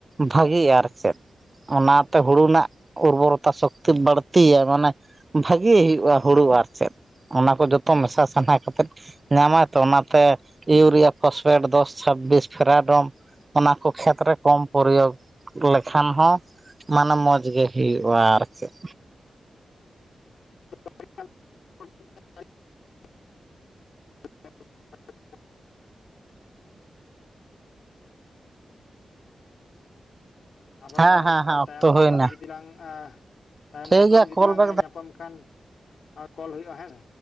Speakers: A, on the right; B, on the left.
A: ᱵᱷᱟᱜᱤᱜᱼᱟ ᱟᱨ ᱪᱮᱫ ᱚᱱᱟᱛᱮ ᱦᱩᱲᱩ ᱨᱮᱱᱟᱜ ᱩᱨᱵᱚᱨᱚᱛᱟ ᱥᱚᱠᱛᱤ ᱵᱟᱹᱲᱛᱤᱭᱟ ᱢᱟᱱᱮ ᱵᱷᱟᱜᱮ ᱦᱩᱭᱩᱜᱼᱟ ᱦᱩᱲᱩ ᱟᱨ ᱪᱮᱫ ᱚᱱᱟ ᱠᱚ ᱡᱚᱛᱚ ᱢᱮᱥᱟ ᱥᱟᱦᱟ ᱠᱟᱛᱮᱫ ᱧᱟᱢᱟᱭ ᱛᱚ ᱚᱱᱟᱛᱮ ᱤᱭᱩᱨᱤᱭᱟ ᱯᱷᱚᱥᱯᱷᱮᱴ ᱫᱚᱥ ᱪᱷᱟᱵᱵᱤᱥ ᱯᱷᱮᱨᱟᱰᱚᱢ ᱚᱱᱟ ᱠᱚ ᱠᱷᱮᱛ ᱨᱮ ᱠᱚᱢ ᱯᱨᱚᱭᱳᱜᱽ ᱞᱮᱠᱷᱟᱱ ᱦᱚᱸ ᱢᱟᱱᱮ ᱢᱚᱡᱽ ᱜᱮ ᱦᱩᱭᱩᱜᱼᱟ ᱟᱨ ᱪᱮᱫ
B: <inaudible> <inaudible> <inaudible> <unintelligible> ᱟᱨᱦᱚ
A: ᱦᱮᱸ ᱦᱮᱸ
B: ᱯᱮ
A: ᱦᱮᱸ ᱚᱠᱛᱚ
B: ᱛᱟᱭᱚᱢ ᱫᱟᱯᱨᱟᱢ
A: ᱦᱩᱭᱱᱟ
B: ᱡᱩᱫᱤ ᱞᱟᱝ ᱛᱟᱭᱚᱢ
A: ᱴᱷᱤᱠ
B: ᱫᱟᱯᱨᱟᱢ
A: ᱜᱮᱭᱟ
B: ᱡᱩᱫᱤ
A: ᱠᱚᱞ
B: ᱞᱟᱝ
A: ᱵᱮᱠ
B: ᱧᱟᱯᱟᱢ ᱠᱷᱟᱱ ᱠᱚᱞ ᱦᱩᱭᱩᱜᱼᱟ ᱦᱮᱸᱥᱮ